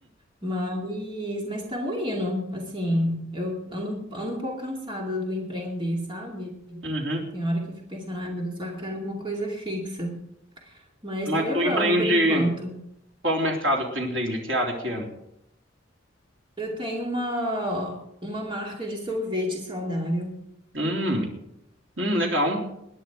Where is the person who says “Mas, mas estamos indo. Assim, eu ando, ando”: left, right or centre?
Right